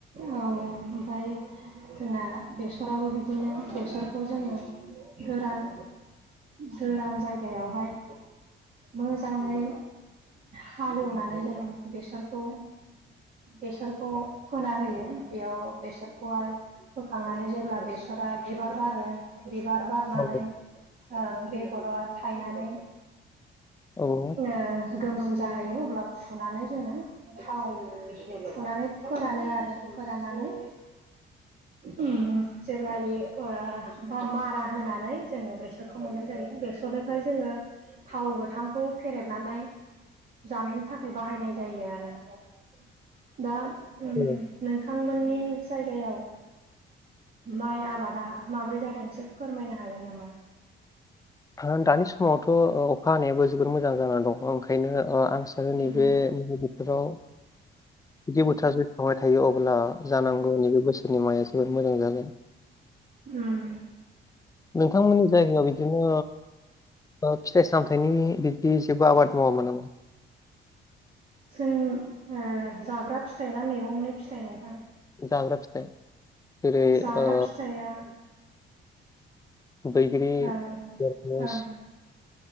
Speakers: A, on the right; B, on the left.
A: औ ओमफ्राय जोंना बेसराबो बिदिनो बेसर। खौ जोङो गोरान गोरान जायगायावहाय। मोजाङै हालेवनानै जों बेसरखौ। बेसरखौ फोना होयो बेयाव बेसरखौ। फोखांनानै जेब्ला बेसरा बिबार बारो। ओं बिबार बारनानै
B: औ
A: ओं बेगराव थायनानै।
B: औ
A: ओ गोमोन जाहैयो अब्ला फुनानै जोङो। थाव सुनानै फोरानो आरो फोराननानै। उम जेब्ला बेयो। बा मारा होनानै जोङो बेसरखौ मोननाय जायो बेसरनिफ्राय जोङो। थाव गोथांखौ फेरेदनानै। जानायनि थाखाय बाहायनाय जायो आरो दा
B: औ
A: उम। नोंथांमोननि जायगायाव माइ आबादा। माब्रै जादों एसे फोरमायनो हागोन नामा।
B: हा दानि समावथ' अ अखा हानायाबो जोबोर मोजां जानानै दं। बेखायनो ओ आं सानो नैबे
A: उम
B: नैे बोथोराव गदि बोथोरास। थांबाय थायो अब्ला जानांगौ नैबे बोसोरनि माइआ जोबोद मोजां जागोन।
A: उम।
B: नोंथांमोननि जायगायाव बिदिनो ओ फिथाइ सामथायाइनि। जे आबाद मावा मानो
A: सो ओ जाग्रा फिथाइ ना मैगंनि फिथाइ नोंथां।
B: जाग्रा फिथाइ जेरै
A: जाग्रा
B: ओ।
A: फिथाइया
B: बैग्रि <unintelligible>
A: ओं ओं